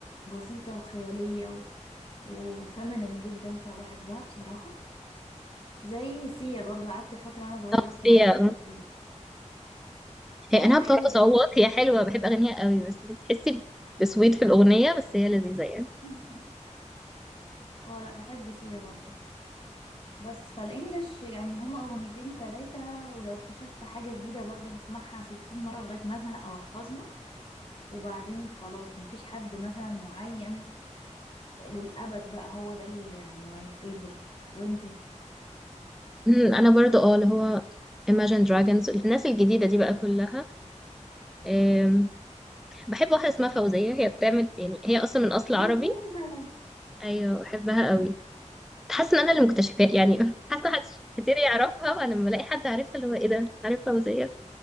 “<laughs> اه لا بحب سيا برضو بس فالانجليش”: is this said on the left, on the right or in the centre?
Left